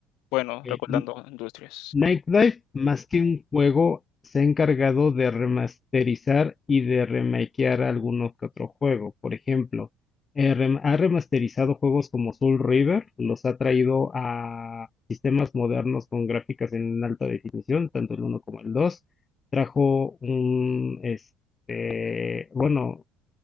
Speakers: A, on the left; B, on the left.
A: bueno
B: Eh,
A: recordando industrias.
B: Nightlife más que un juego se ha encargado de remasterizar y de remakear algunos que otro juego. Por ejemplo, eh, rem- ha remasterizado juegos como Soul River, los ha traído a sistemas modernos con gráficas en alta definición, tanto el uno como el dos, Trajo un, este, bueno,